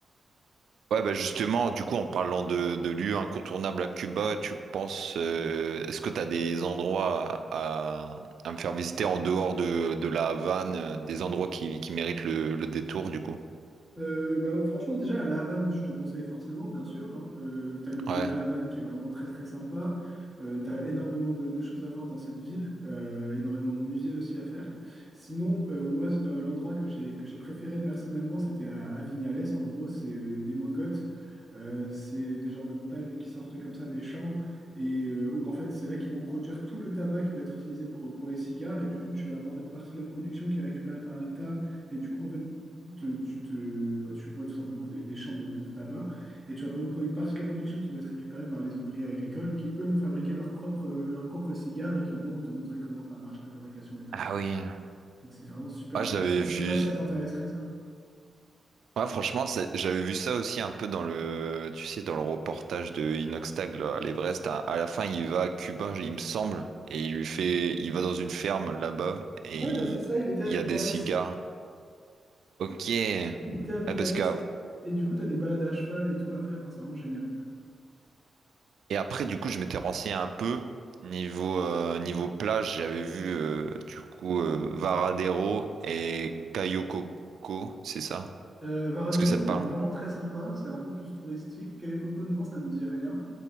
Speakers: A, on the right (about 75°); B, in the centre.
A: Ouais, bah justement, du coup, en parlant de, de lieux incontournables à Cuba, tu penses, euh, est-ce que tu as des endroits à, à- me faire visiter en dehors de, de la Havane, euh, des endroits qui, qui méritent le, le détour, du coup?
B: Euh, bah, franchement, déjà, à la Havane, je te conseille forcément, bien sûr. hein. Euh, t'as le vieux
A: Ouais.
B: La Havane qui est vraiment très très sympa. Euh, t'as énormément de, de choses à voir dans cette ville, euh, énormément de musées aussi à faire. Sinon, euh, moi, c'est le- l'endroit que j'ai que j'ai préféré personnellement, c'était à, à Vignales. En gros, c'est euh, des mogotes. Euh, c'est des genres de montagnes qui sortent comme ça des champs et euh, où en fait c'est là qu'ils vont produire tout le tabac qui va être utilisé pour, pour les cigares et du coup tu vas avoir une partie de la production qui est récupérée par l'État et du coup en fait te- tu, te, bah, tu vois tout simplement des, des champs de, de tabac et tu vas avoir une, pro- une partie de la production qui va être récupérée par les ouvriers agricoles qui, eux, vont fabriquer leurs propres, leurs propres cigares et qui vont te montrer comment ça marche, la fabrication et tout.
A: Ah oui.
B: Donc c'est vraiment super
A: Ouais,
B: intéressant.
A: j'avais vu.
B: Je sais pas si ça t'intéresserait, ça.
A: Ouais, franchement, c'est- j'avais vu ça aussi un peu dans le, tu sais, dans le reportage de Inoxtag, là, à l'Everest. À, à la fin, il va à Cuba, il me semble, et il lui fait, il va dans une ferme là-bas, et
B: Ouais,
A: il
B: bah c'est ça, il était. à Vignales,
A: il y a des cigares. Ok. Ouais,
B: il était à Vignales
A: parce que
B: et du coup, tu as des balades à cheval et tout à faire. Enfin, c'est vraiment génial.
A: Et après, du coup, je m'étais renseigné un peu niveau, euh, niveau plage. J'avais vu, euh, du coup, euh, Varadero et Cayocoko, c'est ça?
B: Euh, Varadero,
A: Est-ce que ça
B: c'est
A: te parle?
B: vraiment très sympa. C'est un peu plus touristique. Cayo Coco, non, ça me dit rien.